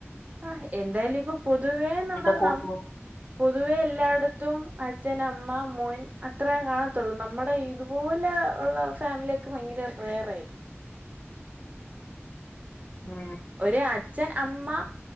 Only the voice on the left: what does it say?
ഇപ്പൊ കൂട്ടുകു
ഉം